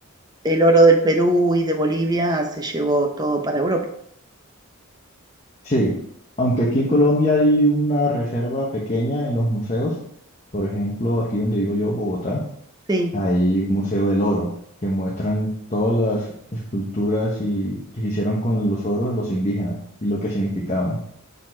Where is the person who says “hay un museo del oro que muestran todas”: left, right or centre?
Left